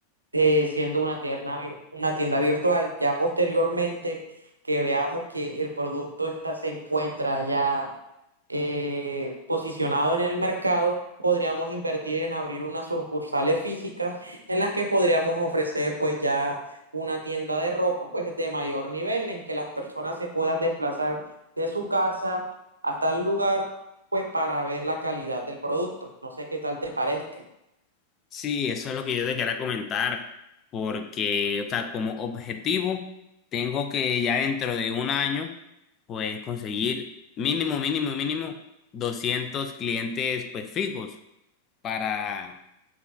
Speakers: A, on the right; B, on the left.
A: eh, siendo una tienda, vir- una tienda virtual. Ya posteriormente que veamos que el producto está, se encuentra ya eh, posicionado en el mercado, podríamos invertir en abrir unas sucursales físicas en las que podríamos ofrecer pues ya una tienda de ropa pues de mayor nivel, en que las personas se puedan desplazar de su casa hasta el lugar pues para ver la calidad del producto. No sé qué tal te parezca.
B: Sí, eso es lo que yo te quería comentar, porque, o sea, como objetivo, tengo que ya dentro de un año, pues conseguir mínimo, mínimo, mínimo 200 clientes, pues fijos para